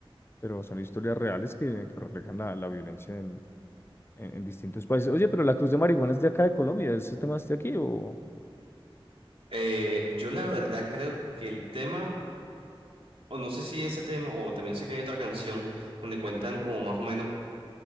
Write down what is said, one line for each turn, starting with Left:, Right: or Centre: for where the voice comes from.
Left: pero son historias reales que, que reflejan la, la violencia en, en, en distintos países. Oye, pero la Cruz de Marihuana es de acá de Colombia, ¿ese tema es de aquí o...?
Right: Eh, yo la verdad creo que el tema, o no sé si ese tema, o también sé que hay otra canción donde cuentan como más o menos,